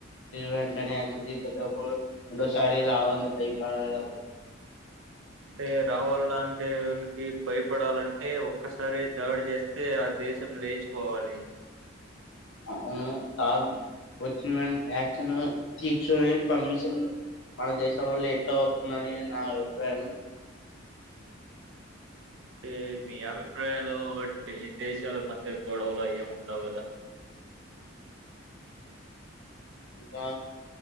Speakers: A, on the left; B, on the right.
A: వెంటనే యాక్షన్ తీసుకోకపోతే అప్పుడు ఇంకోసారి రావాలంటే బయపడల
B: అంటే రావాల అంటే నికి భయపడాలంటే ఒక్కసారె దాడి చేస్తే ఆ దేశం లేచిపోవాలి
A: అవును కాద్ వచ్చిన వెంటనే యాక్షన్ తిస్కునే పర్మిషన్ మన దేశంలో లేట్ అవుతుందని నా అభిప్రాయం
B: అంటే మీ అభిప్రాయాలు బట్టి దేశాల మధ్య గొడవలు అవేం ఉండవు గదా
A: ఇంకా